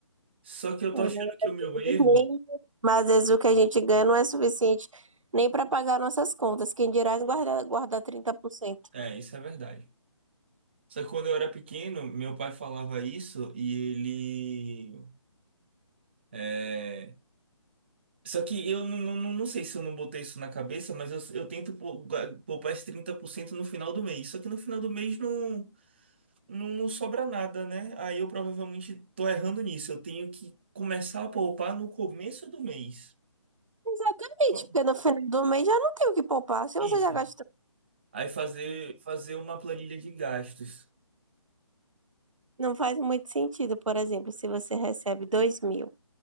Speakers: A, on the right; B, on the right.
A: Só que eu
B: é, <laughs>
A: tô achando
B: mas
A: que o meu
B: eu
A: erro.
B: nem- mas às vezes o que a gente ganha não é suficiente nem para pagar nossas contas. Quem dirá guardar, guardar cento
A: É, isso é verdade. Só que quando eu era pequeno, meu pai falava isso e ele. é, Só que eu não, não, não não sei se eu não botei isso na cabeça, mas eu, eu tento pou- gua- poupar esse 30% no final do mês. Só que no final do mês não, não, não sobra nada, né? Aí eu provavelmente tô errando nisso. Eu tenho que começar a poupar no começo do mês.
B: Exatamente,
A: Fa-
B: porque no final do mês já não tem o que poupar. Se
A: Isso.
B: você já gastou
A: Aí fazer, fazer uma planilha de gastos.
B: Não faz muito sentido, por exemplo, se você recebe dois mil,